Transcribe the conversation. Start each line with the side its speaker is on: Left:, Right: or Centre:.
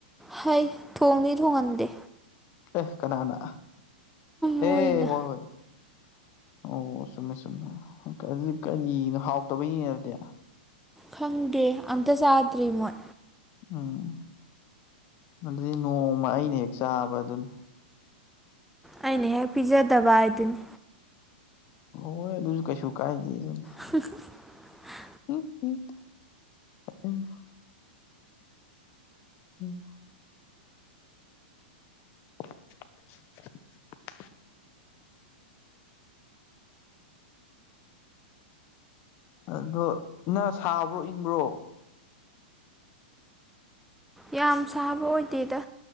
Centre: ꯍꯩ ꯊꯣꯡꯗꯤ ꯊꯣꯡꯍꯟꯗꯦ
Left: ꯑꯦ ꯀꯅꯥꯅ
Centre: ꯃꯣꯏꯅ
Left: ꯑꯦ ꯍꯣꯏ ꯍꯣꯏ ꯑꯣ ꯆꯨꯝꯃꯦ ꯆꯨꯝꯃꯦ ꯑꯗꯨꯗꯤ ꯀꯔꯤꯅꯣ ꯍꯥꯎꯇꯕꯩꯅꯤꯅꯦ ꯑꯗꯨꯗꯤ
Centre: ꯈꯪꯗꯦ ꯑꯝꯇ ꯆꯥꯗ꯭ꯔꯤ ꯃꯣꯏ
Left: ꯎꯝ ꯑꯗꯨꯗꯤ ꯅꯣꯡꯃ ꯑꯩꯅ ꯍꯦꯛ ꯆꯥꯕꯗꯨꯅꯤ
Centre: ꯑꯩꯅ ꯍꯦꯛ ꯄꯤꯖꯗꯕ ꯍꯥꯏꯗꯨꯅꯤ
Left: ꯍꯣꯏ ꯑꯗꯨꯁꯨ ꯀꯩꯁꯨ ꯀꯥꯏꯗꯦ ꯗꯨꯅꯦ
Centre: <unintelligible>
Left: ꯎꯝ ꯎꯝ ꯎꯝ <unintelligible> ꯑꯣ <unintelligible> <unintelligible> ꯑꯗꯣ ꯅꯪ ꯁꯥꯕ꯭ꯔꯣ ꯏꯪꯕ꯭ꯔꯣ
Centre: ꯌꯥꯝ ꯁꯥꯕ ꯑꯣꯏꯗꯦꯗ